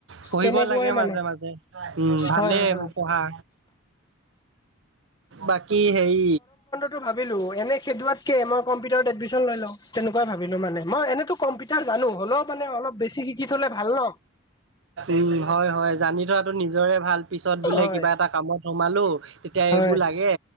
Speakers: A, on the right (about 60°); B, on the left (about 20°).
A: পঢ়িব
B: তেনেকুৱাই
A: লাগে
B: মানে
A: মাজে-মাজে, উম' ভালেই
B: হয় হয়
A: এইবোৰ
B: হয়
A: পঢ়া। বাকী সেই
B: তো ভাবিলো এনে খেদোৱাতকে মই কম্পিউটাৰ এডমিচন লৈ লওঁ তেনেকুৱাই ভাবিলো মানে, মই এনেতো কম্পিউটাৰ জানো হ'লেও মানে অলপ বেছি শিকি থলে ভাল ন?
A: উম হয় হয় জানি থোৱাটো নিজৰে ভাল পিছত বোলে
B: হয়
A: কিবা এটা কামত সোমালো তেতিয়া
B: হয়
A: এইবোৰ লাগে,